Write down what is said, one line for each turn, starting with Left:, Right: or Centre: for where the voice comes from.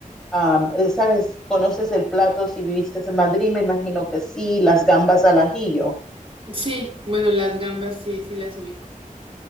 Centre: am, eh, ¿sabes? ¿Conoces el plato si viviste en Madrid? Me imagino que sí, las gambas al ajillo.
Right: Sí, bueno, las gambas sí, sí las ubico.